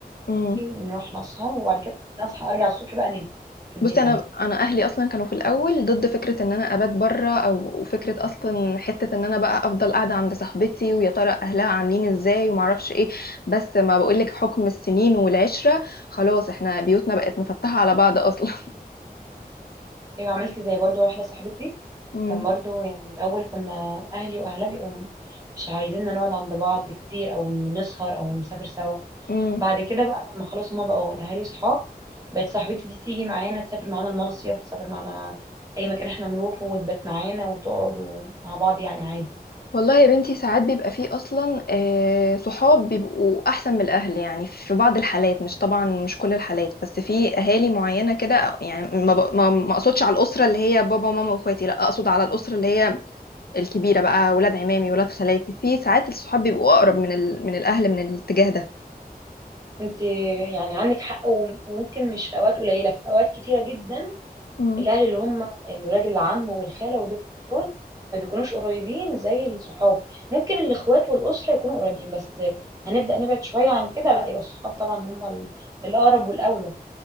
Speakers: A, on the left; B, on the right.
A: امم
B: نروح نسهر وبعد كده نصحى ارجع الصبح بقى انام في البيت
A: بصي انا
B: عادي
A: انا اهلي اصلا كانوا في الاول ضد فكره ان انا ابات بره او فكره اصلا حته ان انا بقى افضل قاعده عند صاحبتي ويا ترى اهلها عاملين ازاي وما اعرفش ايه بس ما بقولك حكم السنين والعشره خلاص احنا بيوتنا بقت مفتحه على بعض اصلا
B: ايوه عملت زي برضو واحده صاحبتي
A: <laughs>
B: كان برضو يعني الاول كنا اهلي واهلها بيقوم مش عايزيننا نقعد عند بعض كتير او إن نسهر او نسافر سوا
A: امم
B: بعد كده بقى لما خلاص هما بقوا الاهالي صحاب بقت صاحبتي دي تيجي معانا تسافر معانا المصيف تسافر معانا اي مكان احنا نروحه وتبات معانا وتقعد ومع بعض يعني عادي
A: والله يا بنتي ساعات بيبقى فيه اصلا آه، صحاب بيبقوا احسن من الاهل يعني في بعض الحالات مش طبعا مش كل الحالات بس في اهالي معينه كده يعني ما ب- ما ما اقصدش على الاسره اللي هي بابا وماما واخواتي لا اقصد على الاسره اللي هي الكبيره بقى ولاد عمامي ولاد خالاتي في ساعات الصحاب بيبقوا اقرب من ال... من الاهل من الاتجاه ده
B: انت يعني عندك حق وم- وممكن مش في اوقات قليله في اوقات كتيره جدا
A: مم.
B: الاهل اللي هم الولاد العم والخاله ودول ما بيكونوش قريبين زي الصحاب ممكن الاخوات والاسره يكونوا قريبين بس هنبدا نبعد شويه عن كده لا يبقى الصحاب طبعا هم ال- الاقرب والاولى